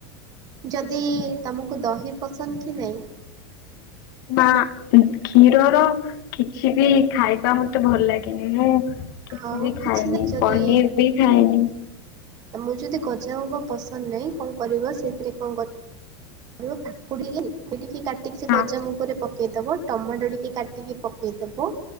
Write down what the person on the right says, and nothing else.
ଯଦି ତୁମକୁ ଦହି ପସନ୍ଦ କି ନାଇଁ?
ଆଉ
କିଛି ନାହିଁ ଯଦି
ତମକୁ ଯଦି ଗଜାମୁଗ ପସନ୍ଦ ନାଇଁ କଣ କରିବ ସେଥିରେ କଣ କ ରିବ କାକୁଡିକି ଟିକି ଟିକି କାଟିକି ସେ
ଗଜା ମୁଗରେ ପକେଇଦବ। ଟମାଟ ଟିକେ କାଟିକି ପକେଇଦବ